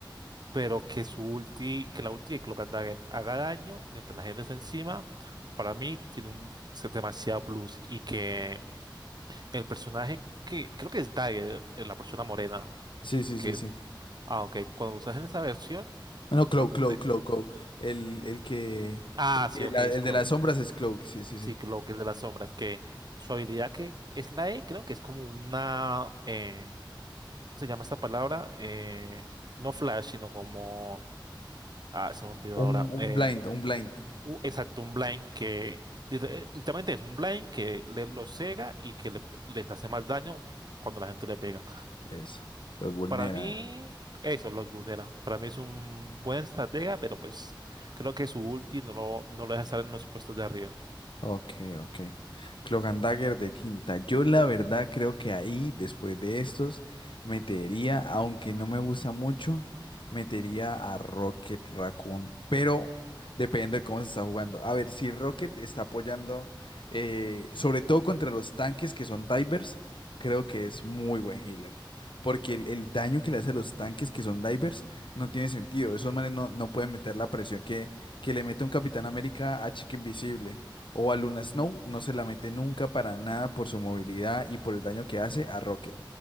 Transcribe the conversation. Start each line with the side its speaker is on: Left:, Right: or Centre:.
Right: pero que su ulti, que la ulti de Cloak and Dagger haga daño mientras la gente está encima, para mí tiene un es demasiado plus. Y que el personaje que creo que es Dagger, eh, la persona morena,
Left: Sí, sí,
Right: que,
Left: sí, sí.
Right: ah, ok, cuando usas en esa versión,
Left: Ah, No, Cloak,
Right: porque,
Left: Cloak,
Right: te-
Left: Cloak, Cloak. El, el que,
Right: ah,
Left: el que
Right: sí, ok,
Left: la-
Right: es
Left: el
Right: Cloak,
Left: de las sombras es Cloak, sí, sí, sí.
Right: sí, Cloak, el de las sombras, que su habilidad que es la E, creo que es como una, eh, ¿cómo se llama esta palabra? Eh, no flash, sino como, ah, se me olvidó
Left: Un,
Right: ahora,
Left: un
Right: eh,
Left: blind, un blind.
Right: u- exacto, un blind que dice, eh, literalmente es un blind que le, los cega y que le- les hace más daño cuando la gente le pega.
Left: Eso. Los vulnera.
Right: Para mí, eso los vulnera. Para mí es un buen estratega, pero pues creo que su ulti no lo, no lo deja estar en los puestos de arriba.
Left: Ok, ok. Cloak and Dagger de quinta. Yo la verdad creo que ahí, después de estos, metería, aunque no me gusta mucho, metería a Rocket Raccoon. Pero depende de cómo se está jugando. A ver, si Rocket está apoyando, eh, sobre todo contra los tanques que son divers, creo que es muy buen healer. Porque el, el daño que le hace a los tanques que son divers no tiene sentido. Esos manes no, no pueden meter la presión que, que le mete un Capitán América a Chica Invisible. O a Luna Snow no se la mete nunca para nada por su movilidad y por el daño que hace a Rocket.